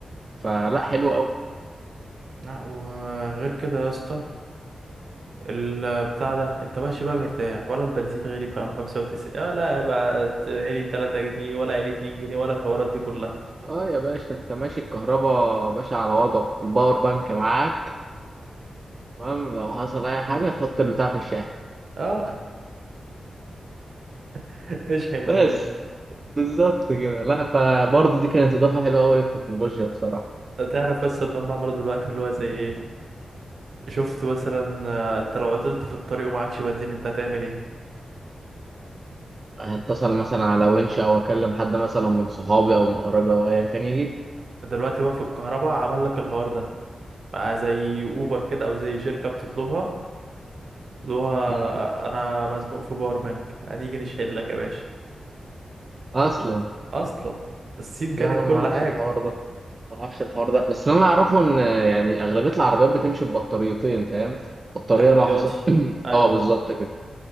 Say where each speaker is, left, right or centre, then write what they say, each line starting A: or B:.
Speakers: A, on the right; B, on the right.
A: فلا حلو أوي
B: لا وغير كده يا اسطى البتاع ده انت ماشي بقى مرتاح ولا البنزين غالي بقى 95 ولا بقى علي 3 جنيه ولا علي 2 جنيه ولا الحوارات دي كلها
A: اه يا باشا انت ماشي الكهرباء باشا على وضعه الباور بانك معاك تمام لو حصل اي حاجه تحط البتاع في الشاحن
B: اه <laughs> اشحن
A: بس
B: يا باشا
A: بالظبط كده لا فبرضه دي كانت اضافه حلوه قوي للتكنولوجيا بصراحه
B: تعرف بس ان هم عملوا دلوقتي اللي هو زي ايه شفت مثلا آه، انت لو عطلت في الطريق ومعكش بنزين انت هتعمل ايه
A: هتصل مثلا على ونش او اكلم حد مثلا من صحابي او من قرايبي او ايا كان يجي لي.
B: دلوقتي بقى في الكهرباء عمل لك الحوار ده بقى زي اوبر كده او زي شركة بتطلبها اللي هو
A: مم.
B: انا مزنوق في باور بانك هنيجي نشحن لك يا باشا
A: اصلا
B: اصلا الصين كانت
A: لا انا
B: كل
A: ما اعرفش
B: حاجة
A: الحوار ده ما اعرفش الحوار ده بس اللي انا اعرفه ان يعني اغلبيه العربيات بتمشي ببطاريتين فاهم بطاريه
B: احتياطي
A: لو حصل <clears throat>
B: ايوه
A: اه بالظبط كده